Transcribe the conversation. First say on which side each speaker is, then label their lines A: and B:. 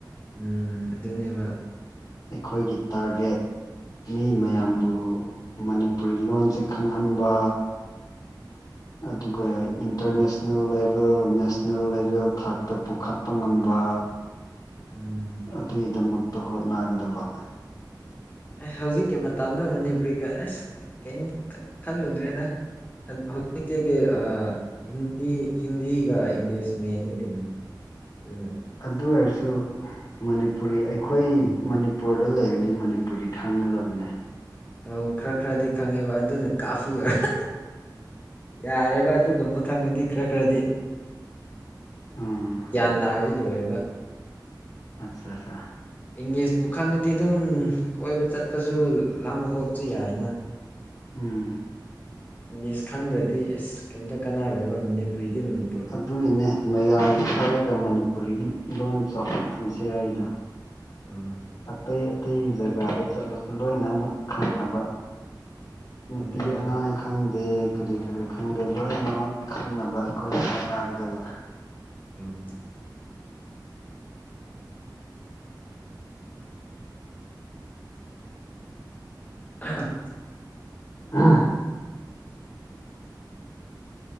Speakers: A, on the left; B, on the left.
A: ꯎꯝ ꯑꯗꯨꯅꯦꯕ
B: ꯑꯩꯈꯣꯏꯒꯤ ꯇꯥꯔꯒꯦꯠ ꯃꯤ
A: ꯎꯝ
B: ꯃꯌꯥꯝꯕꯨ ꯃꯅꯤꯄꯨꯔꯤ ꯂꯣꯟꯁꯦ ꯈꯪꯍꯟꯕ ꯑꯗꯨꯒ ꯏꯟꯇꯔꯅꯦꯁꯅꯦꯜ
A: ꯎꯝ
B: ꯂꯦꯚꯦꯜ ꯅꯦꯁ ꯅꯦꯁꯅꯦꯜ ꯂꯦꯚꯦꯜ ꯊꯥꯛꯇ ꯄꯨꯈꯠꯄ ꯉꯝꯕ
A: ꯎꯝ
B: ꯑꯗꯨꯒꯤꯗꯃꯛꯇ ꯍꯣꯠꯅꯒꯗꯕ
A: ꯑꯦ ꯍꯧꯖꯤꯛꯀꯤ ꯃꯇꯝꯗ ꯃꯅꯤꯄꯨꯔꯤꯒ ꯑꯁ ꯀꯔꯤꯝ ꯈꯜꯂꯨꯗ꯭ꯔꯦꯗ ꯍꯧꯖꯤꯛꯛꯇ ꯑ ꯍꯤꯟꯗꯤ ꯍꯤꯟꯗꯤꯒ ꯏꯪꯂꯤꯁ ꯃꯦꯟꯅꯤ ꯀꯩꯅꯣ ꯑꯗꯨꯗ
B: ꯑꯗꯨ ꯑꯣꯏꯔꯁꯨ ꯃꯅꯤꯄꯨꯔꯤ ꯑꯩꯈꯣꯏ ꯃꯅꯤ
A: ꯎꯝ
B: ꯃꯅꯤꯄꯨꯔꯗ ꯂꯩꯔꯗꯤ ꯃꯅꯤꯄꯨꯔꯤ ꯈꯪꯒꯗꯕꯅꯦ
A: ꯑ ꯈꯔ ꯈꯔꯗꯤ ꯈꯪꯉꯦꯕ ꯑꯗꯨꯅ ꯀꯥꯐꯤ ꯑꯣꯏꯔ ꯌꯥꯔꯦꯕ ꯑꯗꯨꯒꯨꯝꯕ ꯈꯪꯉꯗꯤ ꯈꯔ ꯈꯔꯗꯤ
B: ꯎꯝ
A: ꯒ꯭ꯌꯥꯟ ꯇꯥꯔꯁꯤꯗꯤꯣꯏꯔꯤꯕ
B: ꯑꯠꯆꯥ ꯑꯆꯥ
A: ꯏꯪꯂꯤꯁꯄꯨ ꯈꯪꯉꯗꯤ ꯑꯗꯨꯝ ꯀꯣꯏꯕ ꯆꯠꯄꯁꯨ ꯂꯥꯡꯕ ꯈꯣꯠꯄꯁꯨ ꯌꯥꯏꯅ
B: ꯎꯝ
A: ꯏꯪꯂꯤꯁ ꯈꯪꯗ꯭ꯔꯗꯤ ꯑꯦꯁ ꯀꯦꯝꯇ ꯀꯥꯟꯅꯔꯣꯏꯕ ꯃꯅꯤꯄꯨꯔꯤꯗꯤ ꯃꯅꯤ
B: ꯑꯗꯨꯒꯤꯅꯦ ꯃꯌꯥꯝꯒꯤ ꯈꯜꯂꯒ ꯃꯅꯤꯄꯨꯔꯤ ꯂꯣꯟ ꯆꯥꯎꯈꯠꯍꯟꯁꯦ ꯍꯥꯏꯗꯣ
A: ꯑꯝ
B: ꯑꯇꯩ ꯑꯇꯩ ꯖꯒꯥꯗ ꯆꯠꯂꯁꯨ ꯂꯣꯏꯅꯃꯛ ꯈꯪꯅꯕ ꯅꯨꯄꯤ
A: ꯑꯗꯨꯅꯦꯕ
B: ꯑꯉꯥꯡ ꯈꯪꯗꯦ ꯀꯔꯤ ꯀꯔꯤ ꯈꯪꯗꯦ ꯂꯣꯏꯅꯃꯛ ꯈꯪꯅꯕ ꯑꯩꯈꯣꯏꯅ ꯍꯣꯠꯅꯒꯗꯕ
A: ꯎꯝ ꯑꯍꯝ
B: ꯑ